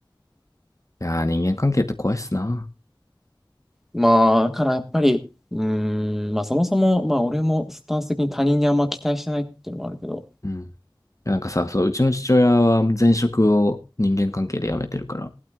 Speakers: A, on the left; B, in the centre.
A: いやー、人間関係って怖いっすな。
B: まあ、だからやっぱり、うーん、まあ、そもそも、まあ、俺もスタンス的に他人にあんま期待してないっていうのもあるけど。
A: うん。いやなんかさ、そう、うちの父親は前職を人間関係で辞めてるから。